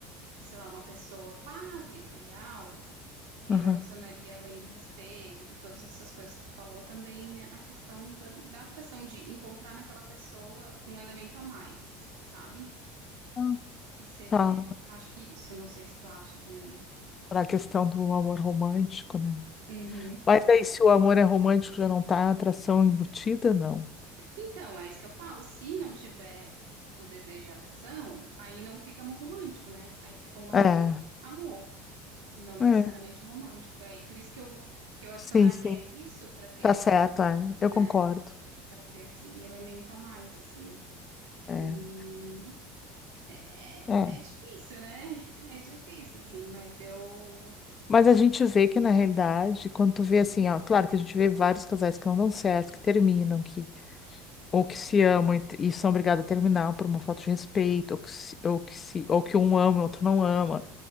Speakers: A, on the right; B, on the left.
A: sei lá, uma pessoa quase ideal, eu
B: Aham.
A: adicionaria, além do respeito, de todas essas coisas que tu falou, também a questão da, da atração, de encontrar naquela pessoa um elemento a mais, sabe?
B: Ah,
A: Que seria,
B: Tá.
A: acho que isso, não sei se tu acha também.
B: para a questão do amor romântico, né?
A: Uhum.
B: Mas aí, se o amor é romântico, já não tá a atração embutida, não.
A: Então, é isso que eu falo. Se não tiver o desejo e a atração, aí não fica amor romântico, né? Aí fica um amor,
B: É,
A: amor, não necessariamente
B: é,
A: romântico. Aí por isso que eu, que eu adicionaria
B: sim, sim,
A: isso para ter,
B: tá certo, é,
A: né,
B: eu concordo.
A: ter esse elemento a mais, assim.
B: É,
A: E É, é
B: é.
A: é difícil, né? <laughs> É difícil, assim, mas eu.
B: Mas a gente vê que na realidade, quando tu vê assim, ó, claro que a gente vê vários casais que não dão certo, que terminam, que ou que se amam e, e são obrigados a terminar por uma falta de respeito, ou que se, ou que se, ou que um ama e o outro não ama,